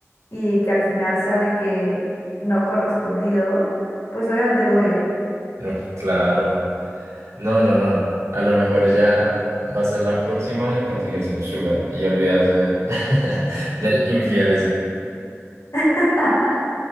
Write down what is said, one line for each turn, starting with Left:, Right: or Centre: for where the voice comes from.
Left: y que al final sea de que no correspondido, pues obviamente duele.
Right: Uf, claro. No, no, no. A lo mejor ella va a ser la próxima en conseguirse un sugar y olvidarse de- <laughs> del infiel ese.
Left: <laughs>